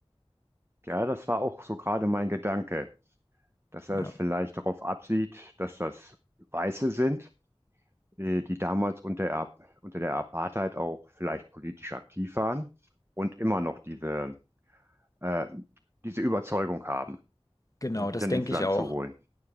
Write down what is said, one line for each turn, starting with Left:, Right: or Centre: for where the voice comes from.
Right: Ja, das war auch so gerade mein Gedanke, dass er
Left: Ja.
Right: es vielleicht darauf absieht, dass das Weiße sind, äh, die damals unter, der- unter der Apartheid auch vielleicht politisch aktiv waren und immer noch diese, äh, diese Überzeugung haben
Left: Genau,
Right: und
Left: das
Right: die dann
Left: denke
Right: ins Land
Left: ich auch.
Right: zu holen.